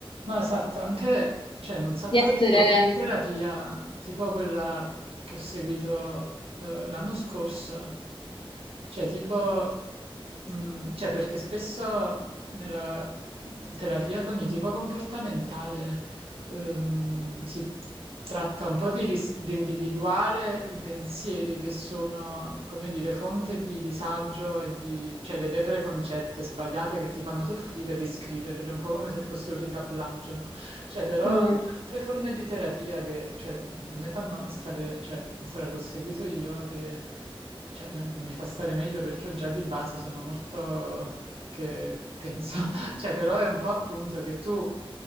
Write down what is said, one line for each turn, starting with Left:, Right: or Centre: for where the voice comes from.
Right: No, esatto, anche c'è un sacco
Left: di essere...
Right: di forme di terapia, tipo quella che ho seguito eh, l'anno scorso, cioè tipo, mm, cioè perché spesso nella terapia cognitivo-comportamentale ehm, si tratta un po' di, ris- di individuare i pensieri che sono, come dire, fonte di disagio e di, cioè le idee preconcette sbagliate che ti fanno soffrire, riscriverle, un po' come se fosse un ricablaggio, no? Cioè, però
Left: Mm,
Right: altre forme di terapia che cioè, a me fanno stare, cioè, è quella che ho seguito io, che cioè, me- mi fa stare meglio perché io già di base sono molto che penso cioè, però è un po' appunto che tu,